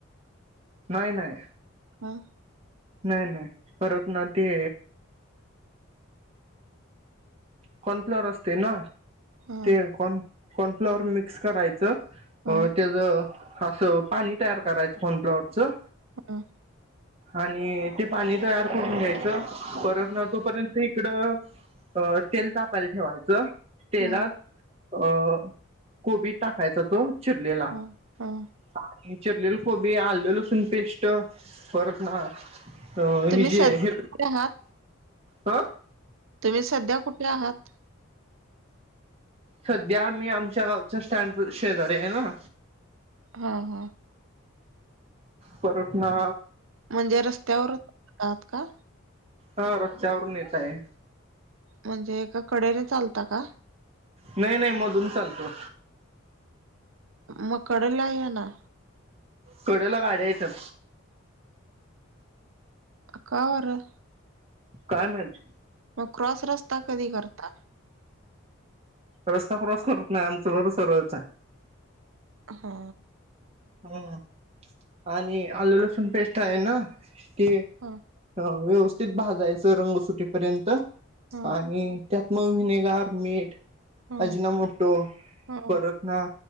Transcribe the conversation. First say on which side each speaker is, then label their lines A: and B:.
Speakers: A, on the right; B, on the right.
A: नाही नाही.
B: ह
A: नाही नाही परत ना ते. कॉर्नफ्लॉवर असते ना
B: हा
A: ते कॉन कॉर्नफ्लॉवर मिक्स करायचं.
B: हा
A: अ त्याच असं पाणी तयार करायचं कन कॉर्नफ्लॉवरचं.
B: हा.
A: आणि ते पाणी तयार करून घ्यायचं परत ना तोपर्यंत इकडं. अ ह त. तेल तापायला ठेवायचं तेलात
B: हा
A: अ कोबीर टाकायचा तो. चटलेला.
B: हा हा
A: आणि चिरलेल कोबी आललेल असून पेस्ट फरत ना. हो हेजे
B: तुम्ही स
A: हीर
B: कुठे आहात
A: अ.
B: तुम्ही सध्या कुठे आहात.
A: सध्या मी आमच्या गावच्या स्टँड अ शेजारी आहे ना.
B: हा हा.
A: परतना.
B: म्हणजे रस्त्यावरच आहात का.
A: हा रस्त्यावरून येत आहे.
B: म्हणजे एका कडेने चालता का.
A: नाही नाही मधून चालतो.
B: मकडं लाय ना.
A: कडोला गाड्यायेतं
B: का बरं.
A: काय मत.
B: मग क्रॉस रस्ता कधी करता.
A: रस्ता क्रॉस करत नाही आमचं घर सरळ आहे.
B: हा.
A: ह आणि आलू लसूण पेस्ट आहे ना ती.
B: हा.
A: ह व्यवस्थित भाजयचं रंगसुटीपर्यंत
B: हा हा
A: आणि. त्यात म विनेगार मीठ
B: हा
A: अजिनामतो
B: हा
A: परत. ना